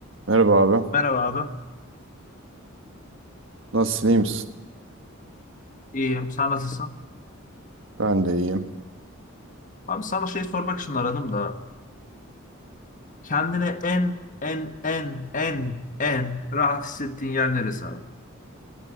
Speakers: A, on the right; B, on the left.
A: Merhaba abi.
B: Merhaba abi.
A: Nasılsın, iyi misin?
B: İyiyim. Sen nasılsın?
A: Ben de iyiyim.
B: Abi sana şey sormak için aradım da. kendine en en en en en rahat hissettiğin yer neresi abi?